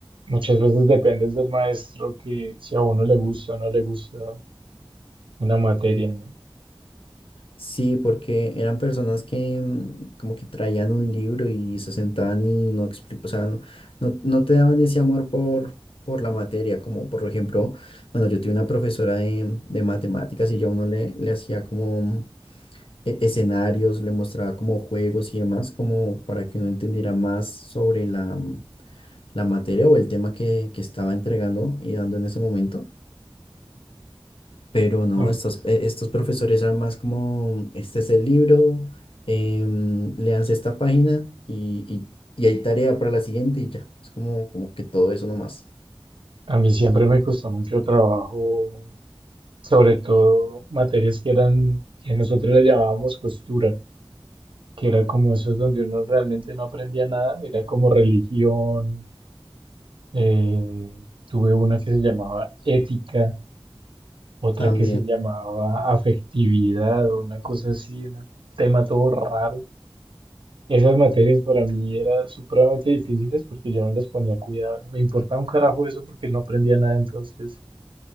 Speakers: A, on the right; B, on the left.
A: Muchas veces dependes del maestro que si a uno le gusta o no le gusta una materia, ¿no?
B: Sí, porque eran personas que mm, como que traían un libro y se sentaban y no expli- o sea, no, no- no te daban ese amor por, por la materia, como por ejemplo, bueno, yo tuve una profesora de, de matemáticas y yo a uno le, le hacía como e- escenarios, le mostraba como juegos y demás, como para que uno entendiera más sobre la, la materia o el tema que, que estaba entregando y dando en ese momento. Pero no,
A: A mí-
B: estos, e- estos profesores eran más como, este es el libro, em, léanse esta página y, y- y hay tarea para la siguiente y ya. Es como, como que todo eso nomás.
A: A mí siempre me costó mucho trabajo, sobre todo materias que eran, que nosotros le llamábamos costura, que era como esos donde uno realmente no aprendía nada, era como religión, eh, tuve una que se llamaba ética, otra
B: También.
A: que se llamaba afectividad, o una cosa así, un tema todo raro. Esas materias para mí eran supremamente difíciles porque yo no les ponía cuidado, me importaba un carajo eso porque no aprendía nada, entonces...